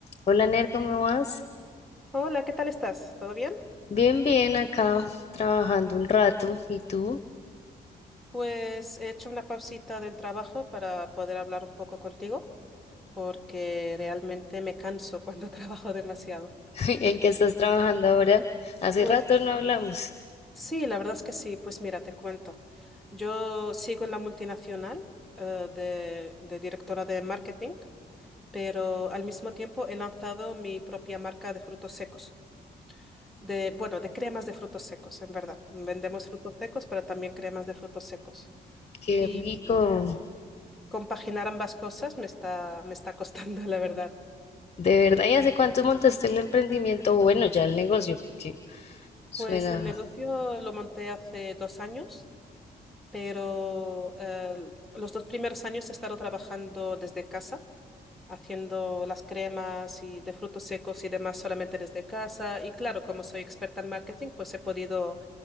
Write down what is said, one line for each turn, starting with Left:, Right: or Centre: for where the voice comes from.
Left: Hola Ner, ¿cómo vas?
Centre: Hola, ¿qué tal estás? ¿Todo bien?
Left: Bien, bien, acá trabajando un rato. ¿Y tú?
Centre: Pues he hecho una pausita del trabajo para poder hablar un poco contigo, porque realmente me canso cuando <laughs> trabajo demasiado.
Left: <laughs> ¿En qué estás trabajando ahora? Hace
Centre: Pues
Left: rato no hablamos.
Centre: sí, la verdad es que sí. Pues mira, te cuento. Yo sigo en la multinacional, eh, de, de directora de marketing, pero al mismo tiempo he lanzado mi propia marca de frutos secos. De, bueno, de cremas de frutos secos, en verdad. Vendemos frutos secos, pero también cremas de frutos secos.
Left: Qué
Centre: Y,
Left: rico.
Centre: Compaginar ambas cosas me está, me está costando, <laughs> la verdad.
Left: De verdad, ¿y hace cuánto montaste el emprendimiento? Bueno, ya el negocio, porque suena.
Centre: Pues el negocio lo monté hace dos años, pero eh, los dos primeros años he estado trabajando desde casa, haciendo las cremas y de frutos secos y demás solamente desde casa. Y claro, como soy experta en marketing, pues he podido